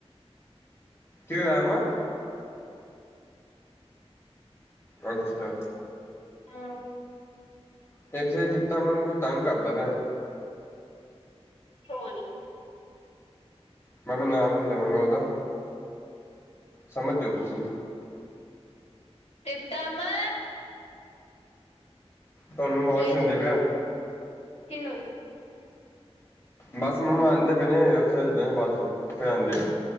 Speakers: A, on the left; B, on the left.
A: ਕਿਂ ਹੋਇਆ ਮਮਾ? ਅੱਛਾ।
B: ਹਮ।
A: ਤੇ ਇੱਥੇ ਜਿਦਾ ਮਨ ਨੂੰ ਕੋਈ ਤੰਗ ਕਰਦਾ ਪਿਆ।
B: ਕੌਣ?
A: ਮ ਮੈਂ ਨਾਮ ਨੀ ਲਵਾਂਗਾ ਉਹਦਾ ਸਮਝਓ ਜਾਓ ਤੁਸੀਂ
B: ਟਿਪਤਾ ਮਾ,
A: ਤੁਹਾਨੂੰ ਆਵਾਜ਼
B: ਸਹੀ
A: ਦਿੰਦੇ
B: ਚ
A: ਪਿਆ।
B: ਕਿਨੂੰ
A: ਬਸ ਮੰਮਾ ਆਉਂਦੇ ਪਏ ਨੇ, ਓਥੇ ਨੇ ਬਾਥਰੂਮ ਫਿਰ ਆਂਦੇ ਆ।